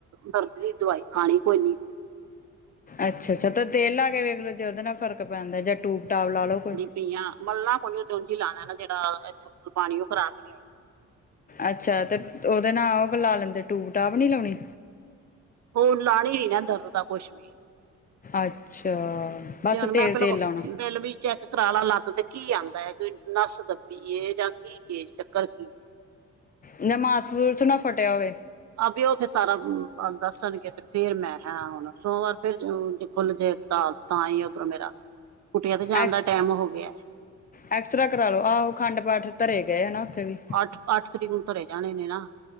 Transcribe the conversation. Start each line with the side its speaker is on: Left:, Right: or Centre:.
Right: ਦਰਦੀ ਦੀ ਦਵਾਈ ਖਾਣੀ ਕੋਈ ਨੀ।
Left: ਅੱਛਾ-ਅੱਛਾ, ਤਾਂ ਤੇਲ ਲਾਕੇ ਵੇਖਲੋ ਜੇ ਉਹਦੇ ਨਾਲ ਫਰਕ ਪੈਂਦਾ, ਜਾਂ ਟੂਬ-ਟਾਪ ਲਾਲੋ ਕੋਈ?
Right: ਪੀਆਂ, ਮਲਣਾ ਕੋ ਨਹੀ, ਓ ਤੇ ਉੰਝ ਈ ਲਾਣਾ ਨਾ ਜਿਹੜਾ, ਇੱਥੋਂ ਪਾਣੀ ਉਹ ਕਰਾਕੇ ਲਿਆ
Left: ਅੱਛਾ, ਤੇ ਉਹਦੇ ਨਾਲ ਉਹ ਲਾ ਲੈਂਦੇ, ਟੂਬ-ਟਾਪ ਨੀ ਲਾਉਣੀ?
Right: ਉਹ ਲਾਣੀ ਨੀ ਨਾ, ਦਰਦ ਦਾ ਕੁਛ ਵੀ।
Left: ਅੱਛਾ। ਬਸ
Right: ਤੇ ਹੁਣ ਮੈਂ
Left: ਤੇਲ
Right: ਪਹਿਲੋ,
Left: ਤੇਲ ਲਾਉਣਾ
Right: ਬਿੱਲ ਵੀ ਚੈੱਕ ਕਰਾਲਾਂ ਲੱਤ ਤੇ, ਕੀ ਆਂਦਾ ਏ, ਕੋਈ ਨੱਸ ਦੱਬੀਏ ਜਾਂ ਕੀਏ, ਚੱਕਰ ਕੀ
Left: ਨਾ ਮਾਸ-ਮੂਸ ਨਾ ਫਟਿਆ ਹੋਵੇ?
Right: ਆ ਵੀ ਉਹ ਫਿਰ ਸਾਰਾ ਦੱਸਣਗੇ, ਤੇ ਫੇਰ ਮੈਂ ਹੈ ਹੁਣ ਸੋਮਵਾਰ ਫੇਰ ਖੁੱਲਜੇ ਤਾਂ‌ ਈ ਓਧਰੋਂ ਮੇਰਾ, ਕੁਟੀਆਂ ਤੇ ਜਾਣ
Left: ਐਕਸ
Right: ਦਾ ਟਾਈਮ ਹੋਗਿਆ।
Left: ਐਕਸਰਾ ਕਰਾਲੋ, ਆਹੋ ਅਖੰਡ ਪਾਠ ਧਰੇ ਗਏ ਆ ਨਾ, ਉੱਥੇ ਵੀ।
Right: ਅੱਠ, ਅੱਠ ਤਰੀਕ ਨੂੰ ਧਰੇ ਜਾਣੇ ਨੇ ਨਾ।